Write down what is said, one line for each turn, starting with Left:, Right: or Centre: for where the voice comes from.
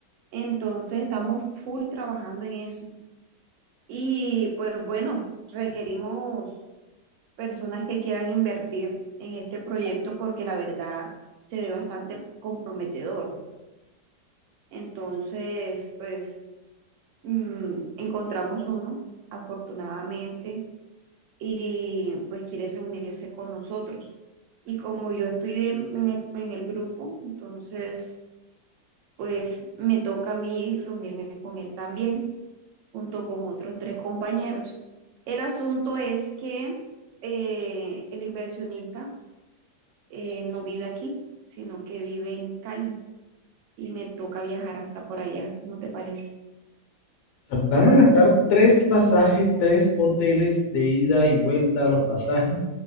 Right: Entonces estamos full trabajando en eso. Y pues bueno, requerimos personas que quieran invertir en este proyecto porque la verdad se ve bastante comprometedor. Entonces, pues mm, encontramos uno, afortunadamente, y pues quiere reunirse con nosotros. Y como yo estoy de- en el, en el grupo, entonces, pues me toca a mí reunirme con él también. junto con otros tres compañeros. El asunto es que eh, el inversionista eh, no vive aquí, sino que vive en Cali y me toca viajar hasta por allá. ¿Cómo te parece?
Left: O sea, van a gastar tres pasajes, tres hoteles de ida y vuelta a los pasajes